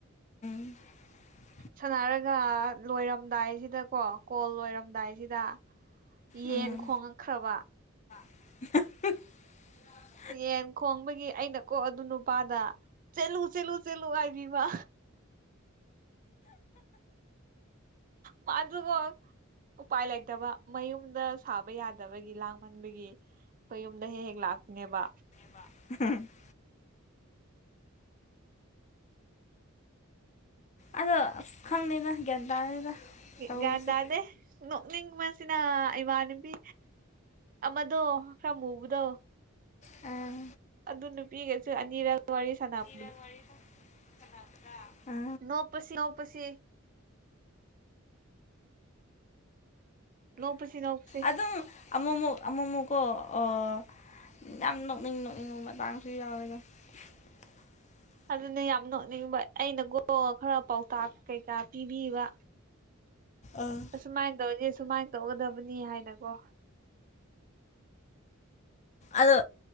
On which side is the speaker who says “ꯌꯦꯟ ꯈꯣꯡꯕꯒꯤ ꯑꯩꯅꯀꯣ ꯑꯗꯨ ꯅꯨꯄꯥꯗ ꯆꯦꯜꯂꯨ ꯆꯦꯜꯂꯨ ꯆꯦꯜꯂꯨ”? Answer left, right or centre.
Right